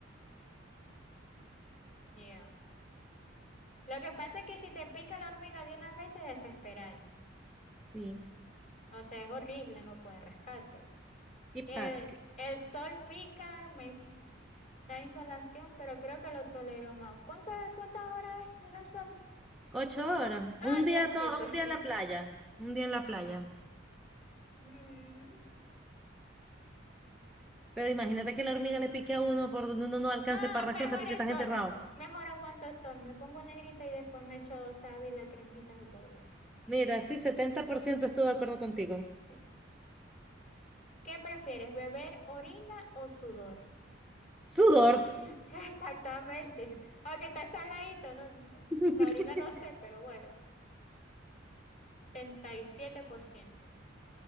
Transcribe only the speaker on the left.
ya. Lo que pasa es que si te pica la hormiga de una vez te desesperáis.
O sea, es horrible, no puedes rescate.
El,
el sol pica, me s- da insolación, pero creo que lo tolero más. ¿Cuántas, cuántas horas es el sol?
Ay,
Diosito.
Mm,
No,
mejor
el
sol.
Mejor aguanto el sol. Me pongo negrita y después me echo dos sábanas, cremitas y todo.
Sí. ¿Qué prefieres, beber orina o sudor?
<laughs> Exactamente. Aunque está saladito, ¿no?
La orina no sé, pero bueno, 77%.